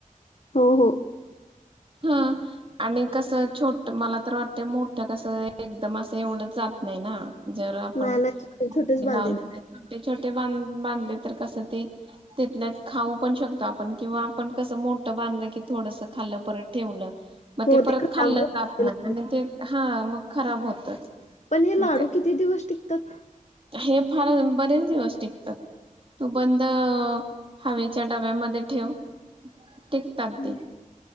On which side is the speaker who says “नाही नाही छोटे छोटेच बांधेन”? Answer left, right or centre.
Left